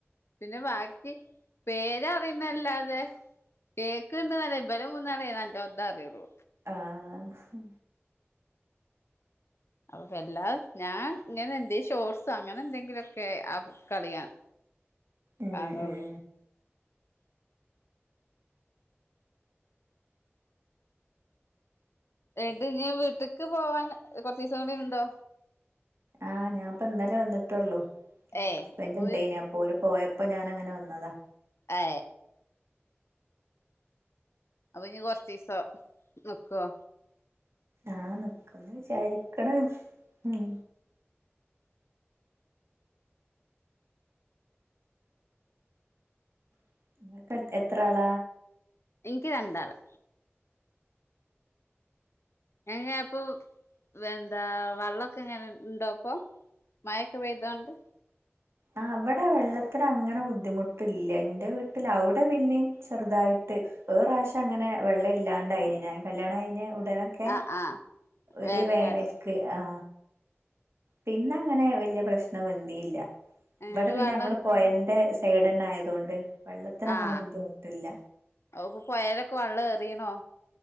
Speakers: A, on the left (about 70°); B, on the right (about 70°).
A: പിന്നെ ബാക്കി പേര് അറിയുന്നല്ലാതെ കേക്കണ്ടല്ലേ ഇബരെ മൂന്നാളേം ന <unintelligible> അറിയുള്ളു
B: ആഹ്
A: അപ്പൊ വല്ലാ ഞാൻ ഇങ്ങനെ എന്തേ ഷോർസ് അങ്ങനെ എന്തെങ്കിലുംക്കെ ആ കളിയാണ്
B: ഉം
A: കാണുള്ളൂ
B: ഉം
A: <unintelligible> വീട്ട്ക്ക് പോവാന കൊർച്ചീസം കൂടി ണ്ടോ
B: ആഹ് ഞാൻ പ്പ ഇന്നലേ വന്നിട്ടോള്ളൂ അവടെ
A: ഏയ്
B: ഹസ്ബൻഡ്
A: അപ്പൊ
B: ഉണ്ടേനു അപ്പോര് പോയ അപ്പൊ ഞാൻ അങ്ങനെ വന്നതാ
A: ഏ അപ്പൊ ഇനി കൊറചീസം നി ക്കൊ
B: ആഹ് നിക്കൂന്ന് വിചാരിക്കണ് മ് <unintelligible> എത്രാള
A: ഇൻക്ക് രണ്ടാള് എങ്ങ അപ്പൊ എന്താ വള്ളൊക്കെ എങ്ങനെ ഇണ്ടോ പ്പോ മഴൊക്കെ പെയ്തോണ്ട്
B: ആ ഇവിടെ വെള്ളത്തിന് അങ്ങനെ ബുദ്ധിമുട്ടില്ല എന്റെ വീട്ടിൽ അവിടെ പിന്നെയും ചെറുതായിട്ട് ഒരു പ്രാവശ്യം അങ്ങനെ വെള്ളം ഇല്ലാണ്ടായിന് ഞാൻ കല്യാണം കഴിഞ്ഞ ഉടനൊക്കെ
A: ആഹ് ആഹ്
B: ഒരു
A: വേനൽക്കാലത്ത്
B: വേനൽക്ക് ആ പിന്ന അങ്ങനെ വല്യ പ്രശ്നം വന്നീല്യ
A: എന്നിട്ട്
B: ഇവിടെ പിന്നെ
A: വെള്ളം
B: ങ്ങള് പോയന്റെ സൈഡന്ന ആയതുകൊണ്ട് വെള്ളത്തിന്
A: ആഹ്അഇപ്പൊ
B: അങ്ങനെ ബുദ്ധിമുട്ടില്ല
A: പുയലൊക്കെ വള്ള ഏറീണോ